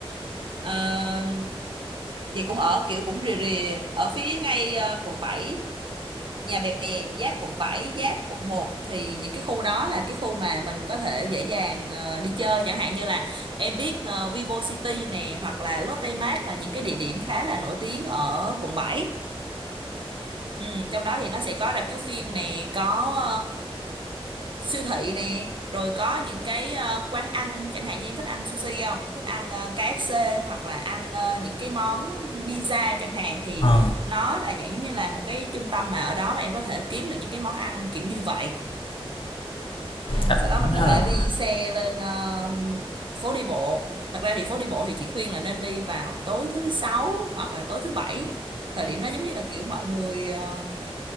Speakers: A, on the right (about 55°); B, on the left (about 60°).
A: ờ, chị cũng ở kiểu cũng rìa rìa ở phía ngay ờ, quận bảy Nhà Bè giáp quận 7, giáp quận một thì những cái khu đó là cái khu mà mình có thể dễ dàng ờ, đi chơi chẳng hạn như là em biết ờ, Vivo City nè hoặc là Lotte Mart là những cái địa điểm khá là nổi tiếng ở quận 7. Ừ, trong đó thì nó sẽ có rạp chiếu phim nè, có siêu thị nè rồi có những cái ờ, quán ăn chẳng hạn như em thích ăn sushi không thích ăn ờ, KFC hoặc là ăn ờ, những cái món pizza chẳng hạn thì
B: ờ
A: nó là dạng giống như là một cái trung tâm mà ở đó mà em có thể kiếm được những cái món ăn kiểu như vậy ừ.
B: À,
A: sau đó mình
B: nó
A: có thể
B: là
A: đi xe lên ờ, phố đi bộ thật ra thì phố đi bộ thì chị khuyên là nên đi vào tối thứ sáu hoặc là tối thứ bảy thời điểm đó giống như là kiểu mọi người ờ,